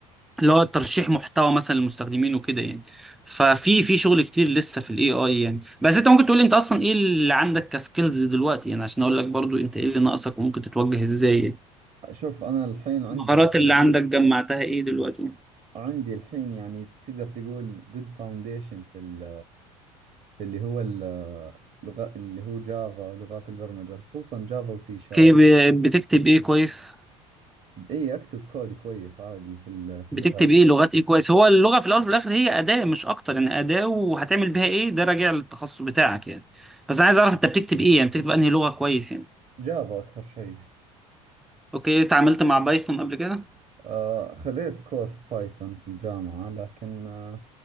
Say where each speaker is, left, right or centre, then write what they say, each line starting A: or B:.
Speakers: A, in the centre; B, on the right (about 40°).
A: اللي هو ترشيح محتوى مثلا للمستخدمين وكده يعني ففي في شغل كتير لسه في الاي اي يعني بس انت ممكن تقول لي انت اصلا ايه اللي عندك كسكيلز دلوقتي يعني عشان اقول لك برضو انت ايه اللي ناقصك وممكن تتوجه ازاي يعني
B: شوف أنا الحين عندي
A: المهارات
B: يعني
A: اللي عندك جمعتها ايه دلوقتي
B: عندي الحين يعني تقدر تقول good foundation في ال في اللي هو اللغة اللي هو جافا لغات البرمجة خصوصا جافا وسي شارب
A: اوكي ب- بتكتب ايه كويس
B: اي اكتب كود كويس عادي في ال- في
A: بتكتب
B: اللغات
A: ايه لغات ايه كويس هو اللغه في الاول وفي الاخر هي اداه مش اكتر يعني اداه وهتعمل بيها ايه ده راجع للتخصص بتاعك يعني بس انا عايز اعرف انت بتكتب ايه يعني بتكتب انهي لغه كويس يعني
B: جافا اكثر شيء
A: اوكي اتعاملت مع بايثون قبل كده
B: آه، خذيت كورس بايثون في الجامعة لكن آه،